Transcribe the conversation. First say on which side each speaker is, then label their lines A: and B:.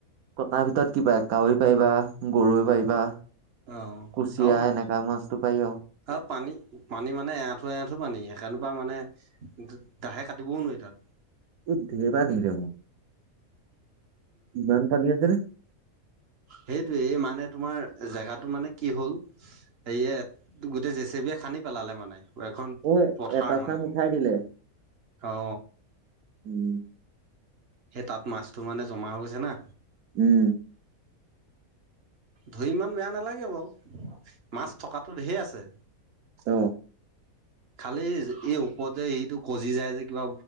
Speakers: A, on the right; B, on the right.
A: কটাৰ ভিতৰত কি পায় কাঐ পাৰিবা গৰৈ পাৰিবা
B: অ',
A: কুচিয়া
B: আৰু-আৰু
A: এনেকা মাছটো পাৰি আৰু
B: পানী-পানী মানে এআঠু এঠু পানী সেইকাৰণে বা মানে দাহে কাটিবও নোৱাৰি তাত।
A: <unintelligible> ইমান পানী আছে নে
B: সেইটোৱেই মানে তোমাৰ জেগাটো মানে কি হ'ল সেয়ে তোগোট এতিয়া জেচেবিয়ে খানি পেলালে মানে। এখন
A: অ
B: পথাৰ
A: এটা
B: মানে,
A: চাম উঠাই দিলে
B: অ।
A: উম।
B: সেই তাত মাছটো মানে জমা হৈ গৈছে না।
A: উম।
B: ধৰি ইমান বেয়া নালাগে বাও মাছ থকাটো ধেৰ আছে।
A: অ।
B: খালি এই ওপৰত যে এটো গজি যায় যে কিবা।